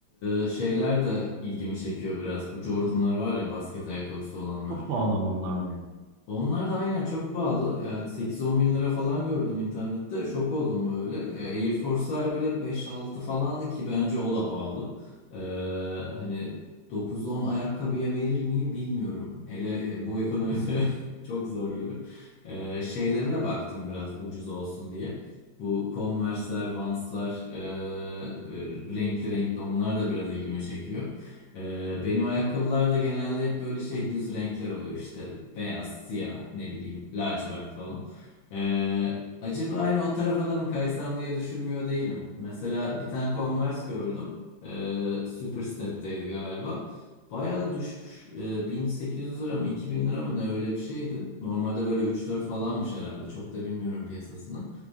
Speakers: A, on the left; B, on the right.
A: E, şeyler de ilgimi çekiyor biraz. Bu Jordan'lar var ya basket ayakkabısı olanlar.
B: Çok pahalı ama onlardan. yani.
A: Onlar da aynen çok pahalı. Yani sekiz on bin lira falan gördüm internette. Şok oldum böyle. Ya Air Force'lar bile beş altı falandı ki bence o da pahalı. Ee, hani dokuz on ayakkabıya verir miyim bilmiyorum. Hele e, bu ekonomide <laughs> çok zor gibi. Ee, şeylere de baktım biraz ucuz olsun diye. Bu Converse'ler, Vans'lar, ee, böyle renkli renkli onlar da biraz ilgimi çekiyor. Ee, benim ayakkabılar da genelde hep böyle şey düz renkler oluyor işte beyaz, siyah, ne bileyim lacivert falan. Ee, acaba hani o tarafa da mı kaysam diye düşünmüyor değilim. Mesela bir tane Converse gördüm. Ee, Superstep'teydi galiba. Bayağı da düşmüş. Ee, 1800 lira mı 2000 lira mı ne öyle bir şeydi. Normalde böyle 3-4 falanmış herhalde. Çok da bilmiyorum piyasasını.